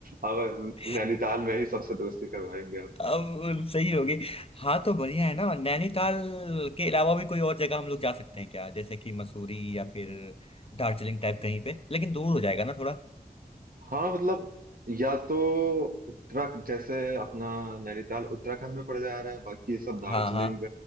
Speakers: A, on the right (about 65°); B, on the left (about 40°).
A: अब
B: <laughs>
A: नैनीताल में ही सबसे दोस्ती करवाएंगे
B: अब सही होगी हाँ तो बढ़िया है ना नैनीताल के अलावा भी कोई और जगह हम लोग जा सकते हैं क्या जैसे कि मसूरी या फिर दार्जिलिंग टाइप कहीं पे लेकिन दूर हो जाएगा ना थोड़ा
A: हाँ मतलब या तो उत्तराखंड जैसे अपना नैनीताल उत्तराखंड में पड़ जा रहा है बाकी ये सब दार्जिलिंग
B: हाँ हाँ